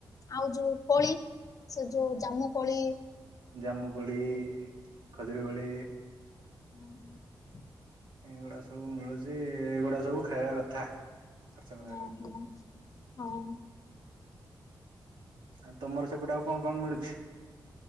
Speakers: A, on the left (about 45°); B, on the right (about 80°).
A: ଆଉ ଯୋଉ କଳି ସେ ଯୋଉ ଜାମୁ କଳି
B: ଜାମୁକଳି ଖଯୁ ପ ବଳି
A: ହୁଁ।
B: ଏଗୁଡା ସବୁ ମିଳୁଛି ଏଗୁଡା ସବୁ ଖାଇବା କଥା ବର୍ଷକରେ।
A: ହଁ ହଁ ହଁ।
B: ଆଉ ତମର ସେପଟେ ଆଉ କଣ କଣ ମିଳୁଛି।